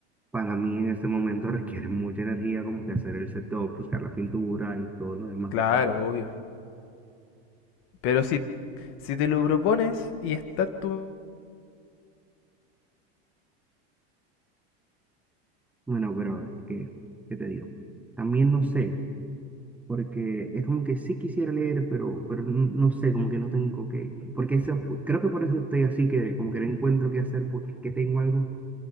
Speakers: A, in the centre; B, on the left (about 40°).
A: para mí en este momento <laughs> requiere mucha energía como que hacer el setup, buscar la pintura y todo lo demás.
B: claro, obvio. Pero si, si te lo propones y está tu
A: Bueno, pero ¿qué, qué te digo? También no sé, porque es como que sí quisiera leer, pero, pero n- no sé, como que no tengo que, porque esa- creo que por eso estoy así que como que no encuentro qué hacer porque que tengo algo